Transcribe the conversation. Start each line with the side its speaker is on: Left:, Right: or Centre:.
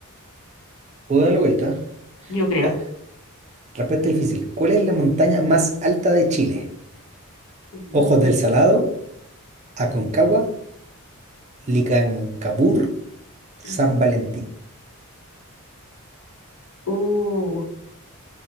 Right: ¿Puedo dar la vuelta?
Left: yo creo.
Right: Ya. Respuesta difícil. ¿Cuál es la montaña más alta de Chile?
Left: Ujú.
Right: Ojos del Salado, Aconcagua, Licancabur,
Left: Ujú.
Right: San Valentín.
Left: Uh,